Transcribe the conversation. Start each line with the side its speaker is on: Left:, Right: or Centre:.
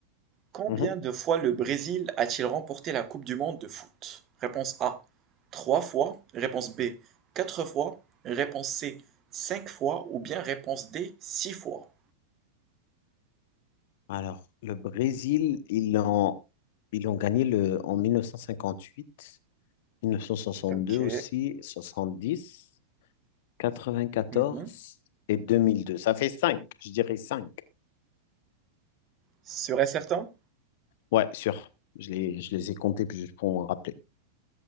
Right: Combien
Left: Mhm.
Right: de fois le Brésil a-t-il remporté la Coupe du monde de foot? Réponse A, 3 fois. Réponse B, 4 fois. Réponse C, 5 fois. Ou bien réponse D, six fois.
Left: Alors, le Brésil, ils l'ont ils ont gagné le, en mille mille neuf neuf cent cinquante-huit, mille neuf cent cinquante huit soixante
Right: Ok.
Left: deux aussi, soixante dix quatre vingt quatorze
Right: mhm.
Left: et deux mille deux Ça fait cinq je dirais cinq
Right: Serait certain?
Left: Ouais, sûr. Je les, je les ai comptés puis juste pour m'en rappeler.